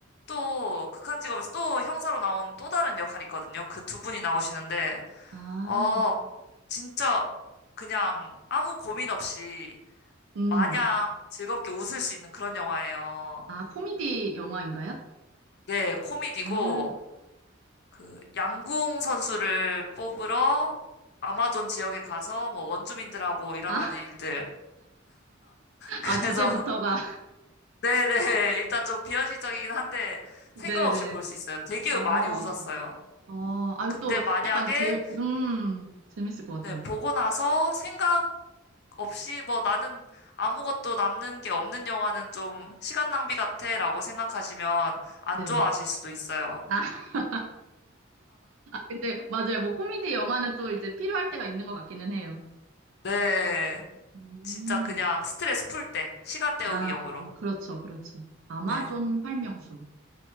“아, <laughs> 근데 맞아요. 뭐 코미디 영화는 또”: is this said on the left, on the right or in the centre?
Right